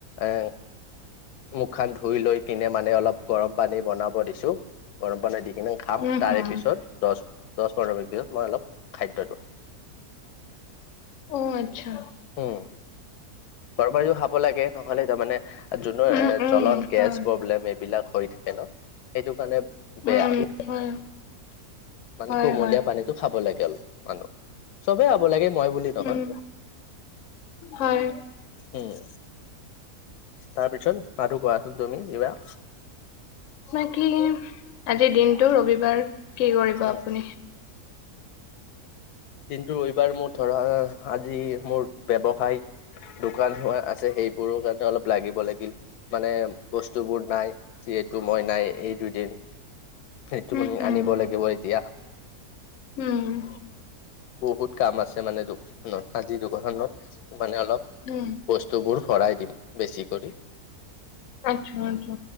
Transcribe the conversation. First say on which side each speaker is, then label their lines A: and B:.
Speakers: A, on the left (about 85°); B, on the left (about 65°).
A: এ মুখ খান ধুই লৈ কিনে মানে অলপ গৰম পানী বনাব দিছো। গৰম পানী দি কিনে খাম
B: উম,
A: তাৰে
B: হম,
A: পিছত দছ দছ পোন্ধৰ মিনিট পিছত মই অলপ খাদ্যটো
B: অ আচ্ছা।
A: উম গৰম পানীও খাব লাগে নহলে তাৰমানে যোবোৰ
B: উম,
A: এ
B: উম,
A: জ্বলন গেছ
B: হয়,
A: প্ৰব্লেম এইবিলাক হৈ থাকে ন সেইটো কাৰণে বেয়া
B: উম,
A: বহু,
B: হয়,
A: মানে
B: হয়,
A: কুমলীয়া
B: হয়,
A: পানীতো খাব লাগে মানুহ, চবেই খাব লাগে মই বুলি নহয়।
B: উম, হয়।
A: উম, তাৰপিছত আৰু কোৱাচোন তুমি কিবা।
B: বাকী আজিৰ দিনটো ৰবিবাৰ কি কৰিব
A: উম
B: আপুনি?
A: দিনটো ৰবিবাৰ মোৰ ধৰা আজি মোৰ ব্যৱসায় দোকান হোৱা আছে সেইবোৰৰ কাৰণে অলপ লাগিব লাগিল। মানে বস্তুবোৰ নাই যিহেতু মই নাই এই দুদিন। সেইটো
B: উম,
A: মানে
B: হম,
A: আনিব লাগিব এতিয়া।
B: উম।
A: বহুত কাম আছে মানে দোকানত, আজি দোকাণখনত মানে অলপ
B: উম।
A: বস্তুবোৰ ভৰাই দিম বেছি কৰি।
B: আচ্ছা আচ্ছা।